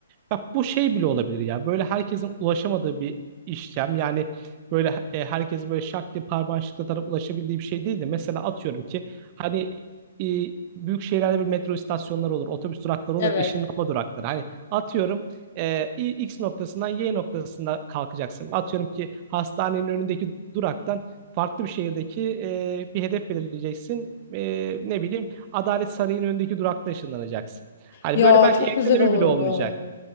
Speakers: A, on the right; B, on the left.
A: Bak bu şey bile olabilir ya. Böyle herkesin ulaşamadığı bir işlem. Yani böyle e, herkes böyle şak diye parmağını şıklatarak ulaşabildiği bir şey değil de mesela atıyorum ki hani e, büyük şehirlerde bir metro istasyonları olur, otobüs durakları
B: Evet.
A: olur, ışınlanma durakları. Hani atıyorum e, İ- X noktasından Y noktasına kalkacaksın. Atıyorum ki hastanenin önündeki duraktan farklı bir şehirdeki e, bir hedef belirleyeceksin. E, ne bileyim Adalet Sarayı'nın önündeki durakta ışınlanacaksın. Hani
B: Ya
A: böyle belki
B: çok
A: evlenme
B: güzel olurdu.
A: bile olmayacak.